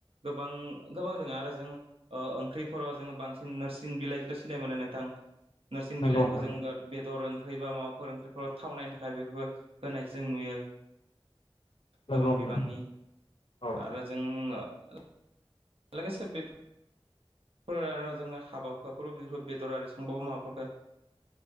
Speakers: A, on the right (about 70°); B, on the left (about 70°).
A: गोबां गोबां दं आरो जों ओ ओंख्रिफोराव जोङो बांसिन नोरसिं बिलाइखौथ' सिनाय मोनो नोंथां नोरसिं बिलाइखौ
B: नोंथां
A: जों बेदर ओं ओंख्रि बा माबाफोर ओंखिफोराव थावनायनि थाखाय बेफोरखौ होनाय जों नुयो,
B: नंगौ
A: गोबां
B: नोंथां नंगौ नोंथां नंगौ नोंथां
A: बिबांनि
B: नंगौ नोंथां नंगौ नोंथां औ
A: आरो जों <inaudible> लोगोसे बेफोर आरो जोङो हाबा हुखाफोराव बेफोरखौ बेदर आरि संबावो माबाफोरखौ